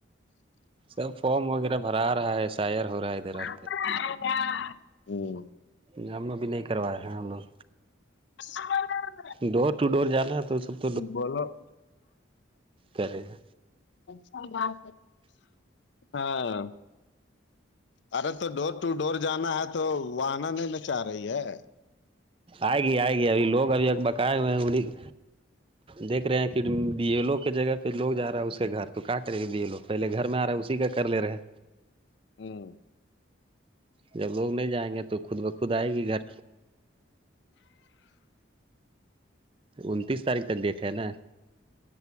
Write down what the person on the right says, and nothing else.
سب فارم وغیرہ بھرا رہا ہے شائر ہو رہا ہے ادھر
اور جام ا بھی نہیں کروائےے ہیں ہم لوگ
ڈور ٹو ڈور جانا ہے توب
کرے گا
آئے گی آئے گی ابھی لوگ ابھی ا بکائے ہوئے ہیں انہیں دیک رہے ہیں کہ ڈی ایل او کے جگہ پہ لوگ جا رہا ہے اس کے گھر تو کاٹے دے لو پہلے گھر میں آ رہا ہے اسی کا کر لے رہے
جب لوگ نہیں جائیں گے تو خود بخود آئے گی گھر انتیس تاریخ تک دیکھے ہے نا